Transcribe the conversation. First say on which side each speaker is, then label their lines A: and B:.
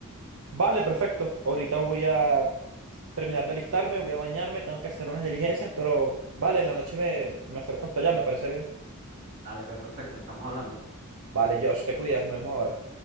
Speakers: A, on the right; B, on the right.
A: Vale, perfecto. Ahorita voy a terminar de alistarme, voy a bañarme, tengo que hacer unas diligencias, pero vale, en la noche me, me acerco hasta allá, me parece bien.
B: Dale, pues perfecto, estamos hablando.
A: Vale, Josh, te cuidas, nos vemos ahora.